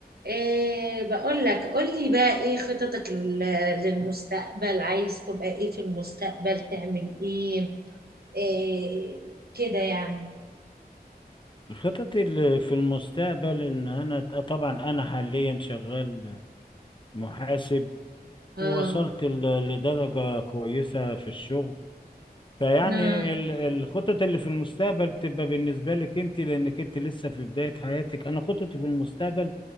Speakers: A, on the right; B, on the left.
A: إيه بقول لك قول لي بقى ايه خططك لل- للمستقبل عايز تبقى ايه في المستقبل تعمل ايه, إيه كده يعني
B: خططي ال- في المستقبل ان انا طبعا انا حاليا شغال محاسب
A: اه
B: ووصلت ل- لدرجة كويسة في الشغل فيعني
A: لا
B: ال- الخطط اللي في المستقبل تبقى بالنسبة لك انت لانك انت لسه في بداية حياتك انا خططي في المستقبل